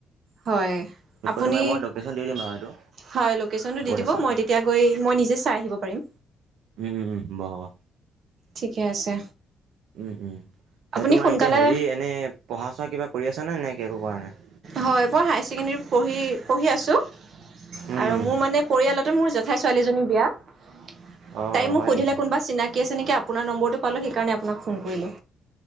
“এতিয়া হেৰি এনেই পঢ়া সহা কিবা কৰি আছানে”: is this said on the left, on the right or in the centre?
Right